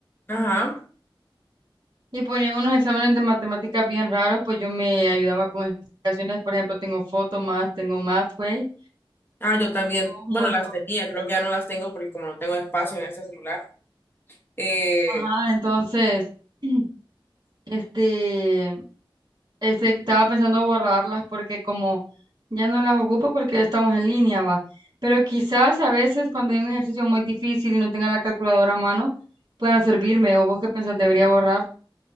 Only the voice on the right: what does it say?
y ponían unos exámenes de matemáticas bien raros, pues yo me ayudaba con esas aplicaciones. Por ejemplo, tengo Photomath, tengo Mathway,
un
montón.
Ajá, entonces... <clears throat> Este, este, estaba pensando borrarlas porque como ya no las ocupo porque estamos en línea, va. Pero quizás a veces cuando hay un ejercicio muy difícil y no tenga la calculadora a mano, puedan servirme. ¿O vos qué pensás? ¿Debería borrar?